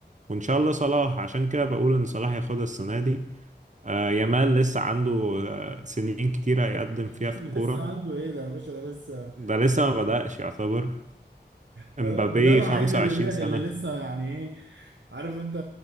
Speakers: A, on the right (about 40°); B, on the right (about 80°).
A: وان شاء الله صلاح عشان كده بقول ان صلاح ياخدها السنه دي آه يامال لسه عنده آه سنين كتيره يقدم
B: <laughs>
A: فيها في
B: لسه
A: الكوره
B: عنده ايه ده يا باشا ده لسه
A: ده
B: <laughs>
A: لسه ما بدأش يعتبر
B: ده
A: امبابي
B: ده الوحيد
A: 25
B: اللي
A: سنه
B: اللي لسه يعني ايه عارف انت